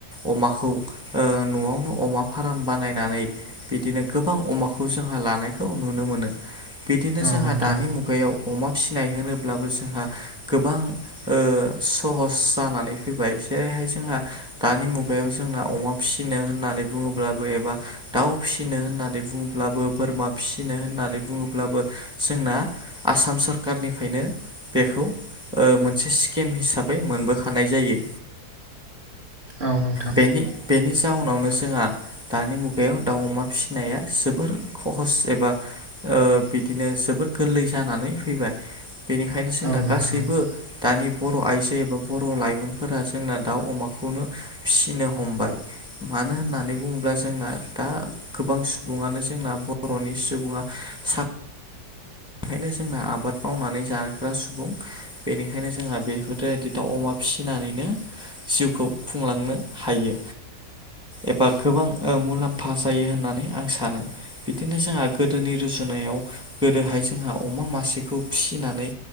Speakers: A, in the centre; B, on the right.
A: अमा खौ ओ नआवनो अमा फार्म बानायनानै बिदिनो गोबां अमाखौ जोंहा लानायखौ नुनो मोनो। बिदिनो
B: औ
A: जोंहा
B: नोंथां
A: दानि मुगायाव अमा फिसिनाय होनोब्लाबो जोंहा गोबां ओ सहस जानानै फैबाय जेरैहाय जोंहा दानि मुगायाव जों जोंहा अमा फिसिनो होननानै बुंङोब्लाबो एबा दाउ फिसिनो होननानै बुंङोब्लाबो बोरमा फिसिनो होननानै बुंङोब्लाबो जोंना आसाम सरखारनिफ्रायनो बेखौ ओ मोनसे स्किम हिसाबै मोनबोखानाय जायो।
B: औ नोंथां औ नोंथां
A: बेनि बेनि जाउनावनो जोंहा दानि मुगायाव दाउ अमा फिसिनाया जोबोर खहस एबा ओ बिदिनो जोबोर गोरलै जानानै फैबाय। बेनिखायनो जोंना
B: औ नोंथां
A: गासैबो दानि बर' आइजो एबा बर' लाइमोनफोरा जोंना दाउ अमाखौनो फिसिनो हमबाय। मानो होननानै बुङोब्ला जोंना दा गोबां सुबुंङानो जोंना बर'नि सुबुंङा सात बेनो जोंना आबाद मावनानै जाग्रा सुबुं बेनिखायनो जोंहा बेफोरबायदि दाउ अमा फिसिनानैनो जिउखौ खुंलांनो हायो। एबा गोबां ओ मुलाम्फा पास जायो होननानै आं सानो बिदिनो जोंहा गोदोनि रुजुनायाव गोदोहाय जों जोंहा अमा मासेखौ फिसिनानै